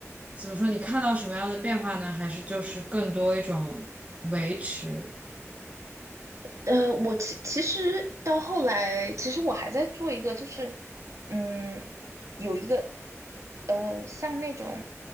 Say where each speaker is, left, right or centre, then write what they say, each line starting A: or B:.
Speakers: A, on the right; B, on the right.
A: 怎么说？你看到什么样的变化呢？还是就是更多一种维持？
B: 呃，我其其实到后来，其实我还在做一个，就是嗯，有一个呃，像那种